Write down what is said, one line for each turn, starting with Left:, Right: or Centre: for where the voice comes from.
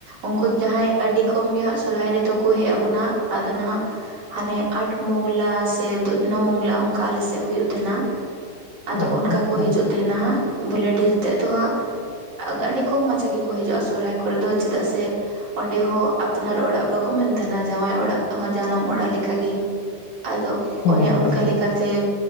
Right: ᱩᱱᱠᱩ ᱡᱟᱦᱟᱸᱭ ᱟᱹᱰᱤ ᱠᱚᱢ ᱜᱮ ᱦᱟᱸᱜ ᱥᱚᱦᱚᱨᱟᱭ ᱨᱮᱫᱚ ᱠᱚ ᱦᱮᱡ ᱟᱵᱚᱱᱟ ᱟᱫᱚ ᱱᱟᱦᱟᱜ ᱦᱟᱱᱮ ᱟᱴ ᱢᱜᱞᱟ ᱥᱮ ᱱᱚ ᱢᱚᱜᱞᱟ ᱚᱱᱠᱟ ᱟᱞᱮ ᱥᱮᱫ ᱦᱩᱭᱩᱜ ᱛᱟᱦᱮᱱᱟ ᱟᱫᱚ
Left: ᱟᱪᱪᱷᱟ
Right: ᱚᱱᱠᱟ ᱠᱚ
Left: ᱦᱳᱭ
Right: ᱦᱤᱡᱩᱜ ᱛᱟᱦᱮᱱᱟ ᱦᱟᱸᱜ ᱵᱚᱞᱮ ᱰᱷᱮᱨ ᱛᱮᱫ ᱫᱚ ᱦᱟᱸᱜ ᱟᱹᱰᱤ ᱠᱚᱢ ᱢᱟᱪᱷᱟ ᱜᱮᱠᱚ ᱦᱤᱡᱩᱜ-ᱟ ᱥᱚᱨᱦᱟᱭ ᱠᱚᱨᱮ ᱫᱚ ᱪᱮᱫᱟᱜ ᱥᱮ ᱚᱸᱰᱮ ᱦᱚᱸ ᱟᱯᱱᱟᱨ ᱚᱲᱟᱜ ᱵᱟᱠᱚ ᱢᱮᱱ ᱛᱟᱦᱮᱱᱟ ᱡᱟᱶᱟᱭ ᱚᱲᱟᱜ ᱦᱚᱸ ᱡᱟᱱᱟᱢ ᱚᱲᱟᱜ ᱞᱮᱠᱟᱜᱮ ᱟᱫᱚ
Left: ᱦᱳᱭ
Right: ᱚᱱᱮ ᱚᱱᱠᱟ
Left: ᱦᱳᱭ
Right: ᱞᱮᱠᱟᱛᱮ ᱛᱮ